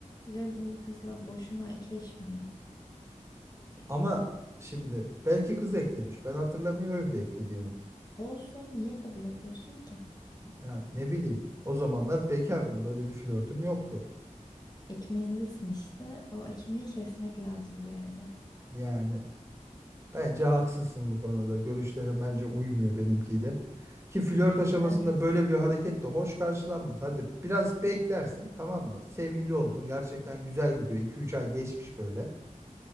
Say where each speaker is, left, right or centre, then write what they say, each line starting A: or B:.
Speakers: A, on the left; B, on the right.
A: random bir kızla boşuna ekleşmiyor.
B: Ama şimdi belki kız eklemiş. Ben hatırlamıyorum ki eklediğimi.
A: Olsun niye kabul ediyorsun ki?
B: Yani ne bileyim. O zamanlar bekardım. Böyle bir flörtüm yoktu.
A: Ekmeğindesin işte. O ekmeği kesmek lazım bir yerde.
B: Yani bence haksızsın bu konuda. Görüşlerin bence uymuyor benimkiyle. Ki flört aşamasında
A: Evet.
B: böyle bir hareket de hoş karşılanmaz. Hadi biraz beklersin tamam mı? Sevgili oldun. Gerçekten güzel gidiyor. 2 üç ay geçmiş böyle.